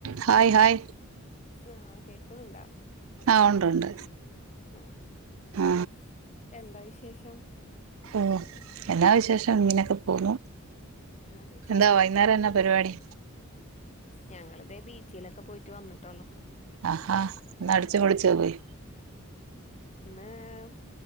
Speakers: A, on the right (about 70°); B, on the left (about 30°).
A: Hi hi.
B: ആഹ് കേക്കുന്നുണ്ടാ?
A: ആ ഉണ്ട് ഉണ്ട്
B: <unintelligible>
A: ആ
B: എന്താ വിശേഷം?
A: ഓ എന്നാ വിശേഷം ഇങ്ങനെക്കെ പോന്നു.
B: അതെ
A: എന്താ വൈകുന്നേരം എന്ന പരിപാടി?
B: ഞങ്ങള് ദേ ബീച്ചിൽ ഒക്കെ പോയിട്ട് വന്നിട്ടുള്ളു.
A: ആഹ് ഹ ഇന്ന് അടിച്ചു പൊളിച്ചോ പോയി.
B: ഏഹ്